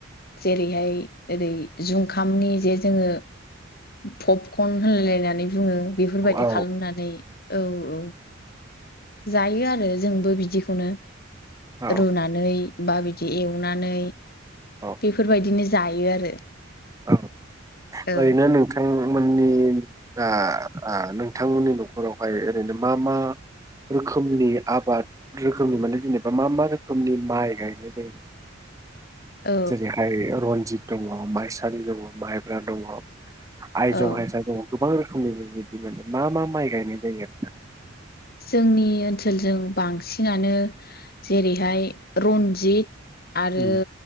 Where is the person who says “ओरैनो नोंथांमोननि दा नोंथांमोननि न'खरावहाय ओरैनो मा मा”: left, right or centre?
Right